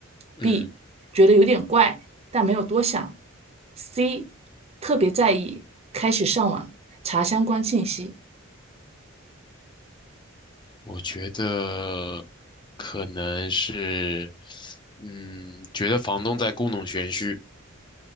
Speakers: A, on the left; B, on the right.
A: 嗯，
B: ；B. 觉得有点怪，但没有多想；C. 特别在意，开始上网查相关信息。
A: 我觉得可能是，嗯，觉得房东在故弄玄虚。